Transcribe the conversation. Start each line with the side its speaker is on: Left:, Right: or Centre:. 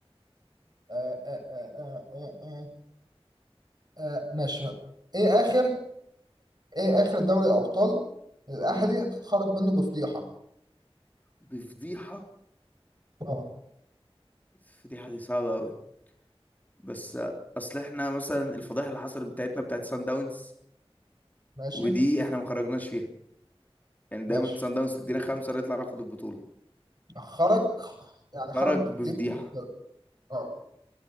Right: آه، آه، آه، آه، آه، آه، آه، ماشي إيه آخر إيه آخر دوري أبطال الأهلي
Left: مم.
Right: خرج منه بفضيحة
Left: بفضيحه
Right: أه
Left: الفضيحه دي صعبه قوي بس اصل احنا مثلا الفضيحه اللي حصلت بتاعتنا بتاعت سان داونز
Right: ماشي
Left: ودي احنا ما خرجناش فيها يعني دايما
Right: ماشي
Left: سان داونز تدينا خمسه نطلع ناخد البطوله
Right: خرج يعني
Left: خرج
Right: خرج
Left: بفضيحه
Right: بفضيحة أه